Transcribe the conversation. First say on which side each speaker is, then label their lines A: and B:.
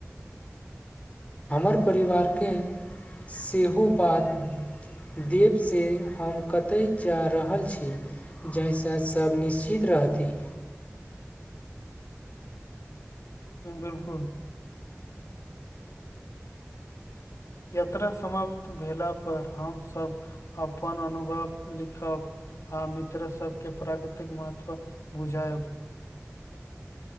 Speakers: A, on the left (about 30°); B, on the left (about 80°).
A: हमर परिवारके सेहो बात देब से हम कतय जा रहल छी जाहिसँ सब निश्चित रहती
B: बिलकुल यात्रा समाप्त भेला पर हमसभ अपन अनुभव लिखब आ मित्र सबके प्राकृतिक महत्व बुझायब